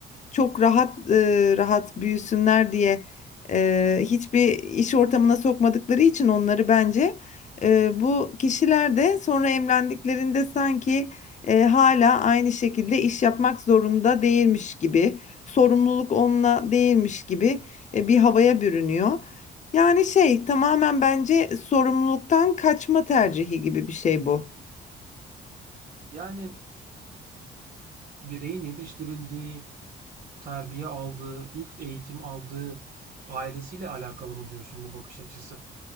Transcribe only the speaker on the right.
Yani bireyin yetiştirildiği, terbiye aldığı, ilk eğitim aldığı ailesiyle alakalı mı diyorsun bu bakış açısı?